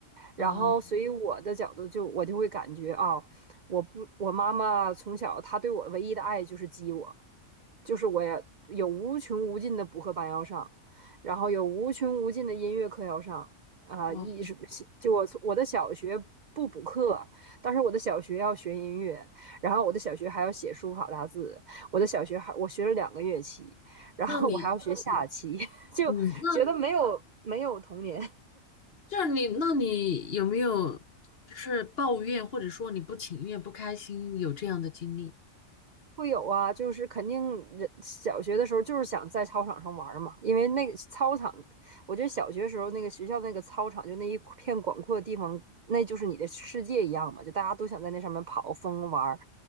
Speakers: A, on the right; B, on the left.
A: 然后所以我的角度就我就会感觉啊，
B: 啊，
A: 哦我不，我妈妈从小她对我唯一的爱就是激我。就是我也有无穷无尽的补课班要上，然后有无穷无尽的音乐课要上啊，
B: 哇，
A: 一是就我从我的小学不补课，但是我的小学要学音乐，然后我的小学还要写书法大字，我的小学还我学了两个乐器，然后我还要学下棋，
B: 那你你
A: <laughs> 就觉得没有没有童年。
B: 嗯，那这是你，那你有没有就是抱怨或者说你不情愿、不开心有这样的经历？
A: 会有啊，就是肯定人小学的时候就是想在操场上玩嘛，因为那个操场，我觉得小学时候那个学校那个操场就那一片广阔的地方，那就是你的世界一样嘛，就大家都想在那上面跑疯玩儿